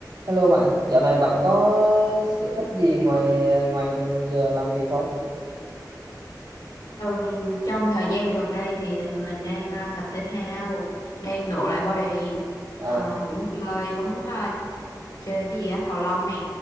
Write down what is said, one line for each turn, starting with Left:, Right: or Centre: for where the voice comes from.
Right: Hello bạn, dạo này bạn có sở thích gì ngoài ngoài giờ làm việc không?
Left: Ừm, trong thời gian gần đây thì mình đang ờ, tập thể thao, đang độ lại body,
Right: À,
Left: Ờ, cũng chơi bóng ờ, chơi cái gì á cầu lông nè.